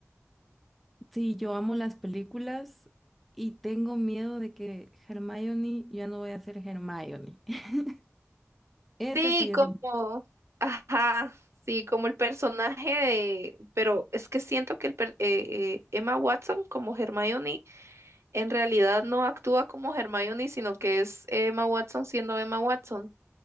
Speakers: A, in the centre; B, on the right.
A: Sí, yo amo las películas y tengo miedo de que Hermione ya no voy a ser Hermione. <laughs> Ese
B: Sí,
A: sí es
B: como,
A: un,
B: ajá, sí, como el personaje de, pero es que siento que el, per- eh, eh, Emma Watson como Hermione en realidad no actúa como Hermione, sino que es Emma Watson siendo Emma Watson.